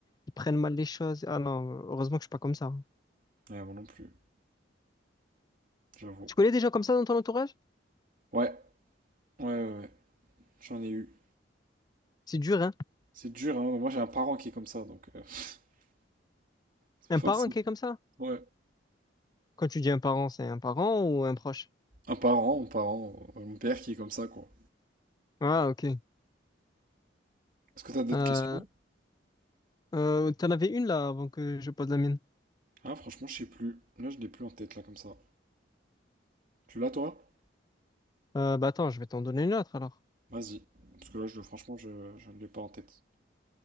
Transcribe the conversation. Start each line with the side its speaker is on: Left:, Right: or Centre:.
Left: ils prennent mal les choses. Ah non, heureusement que je suis pas comme ça. hein.
Right: Ouais, moi non plus, j'avoue.
Left: Tu connais des gens comme ça dans ton entourage?
Right: Ouais, ouais, ouais, ouais. J'en ai eu.
Left: C'est dur, hein?
Right: C'est dur, hein. Moi, j'ai un parent qui est comme ça, donc euh, <laughs> c'est pas
Left: Un
Right: facile.
Left: parent qui est comme ça?
Right: Ouais.
Left: Quand tu dis un parent, c'est un parent ou un proche?
Right: Un parent, un parent, euh, mon père qui est comme ça, quoi.
Left: Ah, ok.
Right: Est-ce que t'as d'autres
Left: Euh,
Right: questions?
Left: euh, t'en avais une là avant que je pose la mienne.
Right: Ah, franchement, je sais plus. Là, je l'ai plus en tête, là, comme ça. Tu l'as, toi?
Left: Euh, bah attends, je vais t'en donner une autre alors.
Right: Vas-y. Parce que là, je, franchement, je, je ne l'ai pas en tête.